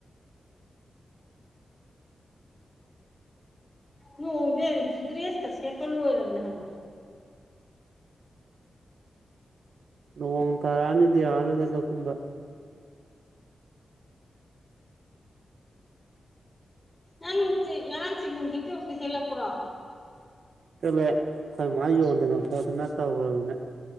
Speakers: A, on the left (about 20°); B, on the right (about 80°).
A: ꯅꯣꯡꯖꯦ ꯗ꯭ꯔꯦꯁꯀ ꯁꯦꯠꯄ ꯂꯣꯏꯔꯕꯅꯦ ꯍꯥꯏꯕ
B: ꯅꯣꯡ ꯇꯥꯔꯛꯑꯅꯤꯗ ꯌꯥꯔꯔꯣꯏꯗ ꯂꯧ ꯀꯨꯝꯕ
A: ꯅꯪ ꯉꯔꯥꯡ ꯆꯤꯡꯒꯨꯝ ꯍꯦꯛ ꯆꯠꯂꯨꯕꯗꯨ ꯍꯦꯜꯂꯛꯄ꯭ꯔꯣ
B: ꯍꯦꯛꯂꯛꯑꯦ ꯑꯩꯈꯣꯏ ꯃꯥ ꯌꯣꯟꯗꯅ ꯈꯣꯠꯇꯅ ꯇꯧꯒ꯭ꯔꯕꯅꯦ